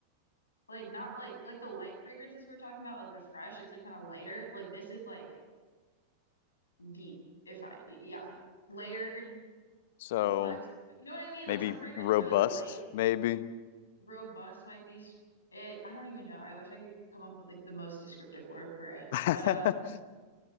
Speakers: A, on the left; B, on the left.
A: like not like, like the light fragrances we're talking about, like the fresh, it's like kind of lighter. Like this is like deep, if I, yeah, layered,
B: So
A: complex. But you know what I mean? Like
B: maybe
A: some fragrances
B: robust,
A: are like light,
B: maybe.
A: robust might be s- it. I don't even know. I wish I could come up with like the most descriptive word for it.
B: <laughs>
A: But, uh,